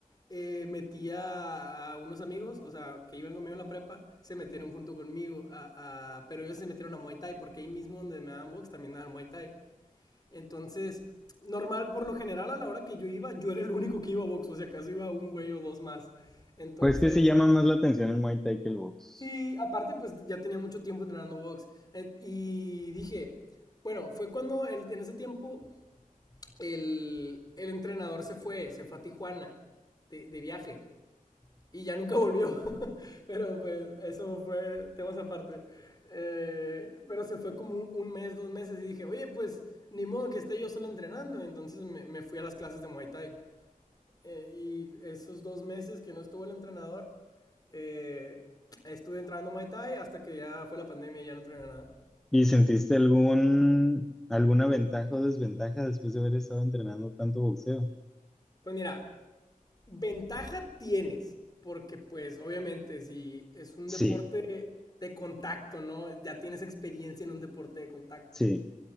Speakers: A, on the left (about 30°); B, in the centre.
A: eh, metí a, a unos amigos, o sea, que iban conmigo en la prepa, se metieron junto conmigo, a- a- pero ellos se metieron a Muay Thai, porque ahí mismo donde me daban box también daban Muay Thai. Entonces, normal, por lo general, a la hora que yo iba, yo era el único que iba a box, o si acaso iba un güey o dos más. Entonces,
B: pues que sí llama más la atención el Muay Thai que el box.
A: sí, aparte, pues ya tenía mucho tiempo entrenando box. Eh, y dije, bueno, fue cuando el- en ese tiempo el, el entrenador se fue, se fue a Tijuana de, de viaje. Y ya nunca volvió. <laughs> pero pues eso fue temas aparte. Eh, pero se fue como un mes, dos meses y dije, oye, pues ni modo que esté yo solo entrenando. Entonces me, me fui a las clases de Muay Thai. Eh, y esos dos meses que no estuvo el entrenador, eh, estuve entrenando Muay Thai hasta que ya fue la pandemia y ya no entrené nada.
B: ¿Y sentiste algún, alguna ventaja o desventaja después de haber estado entrenando tanto boxeo?
A: Pues mira, ventaja tienes, porque pues obviamente si es un deporte
B: Sí,
A: de contacto, ¿no? Ya tienes experiencia en un deporte de contacto.
B: sí,